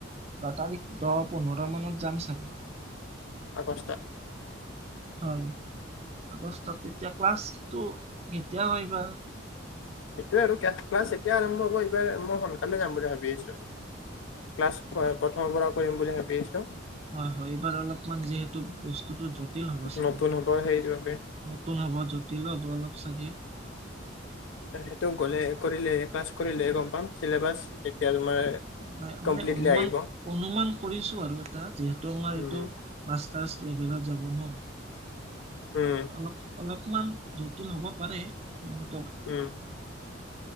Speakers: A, on the right; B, on the left.
A: দহ তাৰিখ দহ, পোন্ধৰ মানত যাম চাগে।
B: আগষ্ট।
A: হয় আগষ্টত তেতিয়া ক্লাছটো। কেতিয়া কৰিবা
B: সটোয়ে আৰু কাল ক্লাছ এতিয়া আৰম্ভ হ'ব, এইবাৰ মই সোনকালে যাম বুলি ভাবি আছো। ক্লাছ ‌প‌ এ প্ৰথমৰ পৰা কৰিম বুলি ভাবি আছো।
A: হয় হয়। এইবাৰ অলপমান যিহেতু বস্তুটো জটিল হ'ব চাগে।
B: নতুন হ'ব সেইবাবে
A: নতুন হ'ব জটিলো হ'ব অলপ চাগে।
B: সেইটো গ'লে কৰিলে পাছ কৰিলে গ'ম পাম চিলেবাছ যেতিয়া তোমাৰ
A: নাই মানে
B: কমপ্লিটলি
A: অনুমান,
B: আহিব
A: অনুমান কৰিছো আৰু এটা যিহেতু আমাৰ
B: উম
A: এইটো মাষ্টাৰছ লেভেলত যাব ন।
B: উম।
A: অলপ অলপমান জটিল হ'ব পাৰে মানে। ‌ উম ত
B: উম